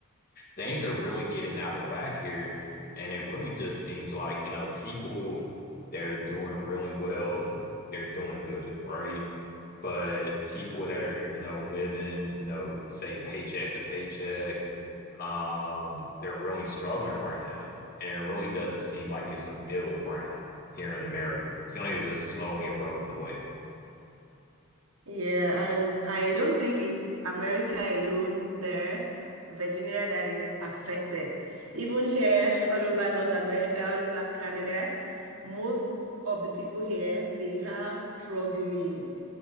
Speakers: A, on the left (about 45°); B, on the right (about 80°).
A: things are really getting out of whack here. And it really just seems like, you know, people that are doing really well, they're doing good, right? But people that are, you know, living, you know, say paycheck to paycheck, um, they're really struggling right now. And it really doesn't seem like it's a middle ground here in America. It seems like it's just slowly eroding away.
B: Yeah, and I don't think it's America alone there, Virginia, that is affected. Even here, all over North America, all over Canada, most of the people here, they are struggling.